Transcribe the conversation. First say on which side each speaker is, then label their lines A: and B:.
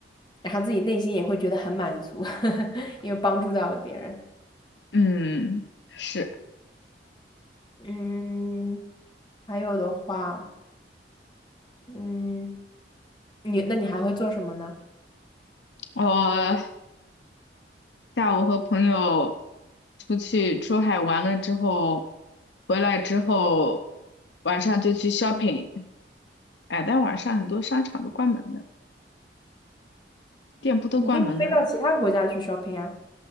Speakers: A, on the left; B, on the left.
A: 然后自己内心也会觉得很满足，<laughs> 因为帮助到了别人。
B: 嗯，是
A: 嗯，还有的话，嗯，你那你还会做什么呢？
B: 我下午和朋友出去出海玩了之后，回来之后晚上就去 shopping。哎，但晚上很多商场都关门了，店铺都关门了。
A: 你可以飞到其他国家去 shopping 啊。